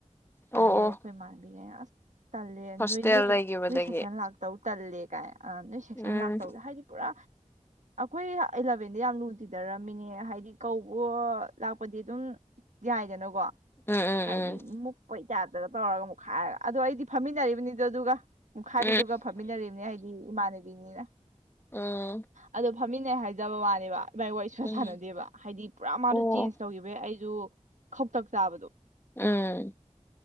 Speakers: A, on the left; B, on the right.
A: ꯑꯣ
B: ꯑꯗꯦ ꯑꯩꯈꯣꯏ
A: ꯑꯣ
B: ꯃꯥꯥꯡꯕꯤꯒ ꯇꯜꯂꯦ ꯅꯣꯏ
A: ꯍꯣꯁꯇꯦꯜ
B: ꯅꯣꯏ
A: ꯂꯩꯈꯤꯕꯗꯒꯤ
B: ꯅꯣꯏ ꯁꯦꯛꯁꯟ ꯂꯥꯛꯇꯧ ꯇꯜꯦ ꯀꯥꯏꯅ ꯅꯣꯏ ꯁꯦꯛꯁꯟ
A: ꯎꯝ
B: ꯂꯥꯛꯇꯧꯗꯦ ꯍꯥꯏꯗꯤ ꯄꯨꯔꯥ ꯑꯩ ꯑꯦꯂꯚꯦꯟꯗ ꯌꯥꯝ ꯂꯨ ꯇꯤꯅꯔꯝꯃꯤꯅꯦ ꯍꯥꯏꯗꯤ ꯀꯧꯕꯣ ꯂꯥꯛꯄꯗꯤ ꯑꯗꯨꯝ ꯌꯥꯏꯗꯅꯀꯣ
A: ꯎꯝ ꯎꯝ
B: ꯍꯥꯏꯗꯤ ꯃꯨꯛꯄꯩ ꯌꯥꯗ꯭ꯔꯒ ꯇꯧꯔꯒ ꯑꯃꯨꯛ ꯍꯥꯏꯔꯒ ꯑꯗꯣ ꯑꯩꯗꯤ ꯐꯝꯃꯤꯟꯅꯔꯤꯕꯅꯤꯗꯣ ꯑꯗꯨꯒ ꯃꯨꯛꯈꯥꯏꯕꯤꯗꯨꯒ
A: ꯎꯝ
B: ꯐꯝꯃꯤꯟꯅꯔꯤꯕꯅꯦ ꯍꯥꯏꯗꯤ ꯏꯃꯥꯟꯅꯕꯤꯅꯤꯅ
A: ꯎꯝ
B: ꯑꯗꯣ ꯐꯝꯃꯤꯟꯅꯩ ꯍꯥꯏꯖꯕ ꯋꯥꯅꯦꯕ ꯏꯕꯥꯏꯅꯤ ꯋꯥꯔꯤ ꯁꯨꯛ ꯁꯥ
A: ꯎꯝ
B: ꯁꯥꯟꯅꯗꯦꯕ ꯍꯥꯏꯗꯤ ꯄꯨꯔꯥ ꯃꯥꯗꯣ
A: ꯑꯣ
B: ꯆꯦꯟꯖ ꯇꯧꯈꯤꯕꯩ ꯑꯩꯁꯨ ꯈꯧꯇꯛ ꯆꯥꯕꯗꯣ
A: ꯎꯝ